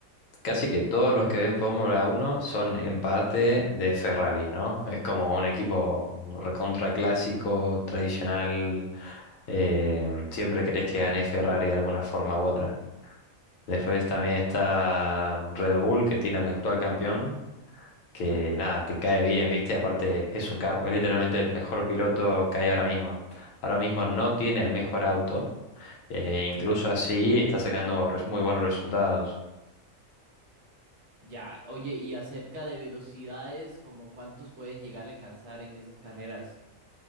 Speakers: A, on the left; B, on the right.
A: casi que todos los que ven Fórmula Uno son en parte de Ferrari, ¿no? Es como un equipo recontra clásico, tradicional, eh, siempre querés que gane Ferrari de alguna forma u otra. Después también
B: O-
A: está Red Bull, que tiene al actual campeón, que nada, te cae bien, ¿viste? Aparte es un capo, es literalmente el mejor piloto que hay ahora mismo. Ahora mismo no tiene el mejor auto, eh, incluso así está sacando res- muy buenos resultados.
B: ya, oye, y acerca de velocidades, como cuántos pueden llegar a alcanzar en esas carreras?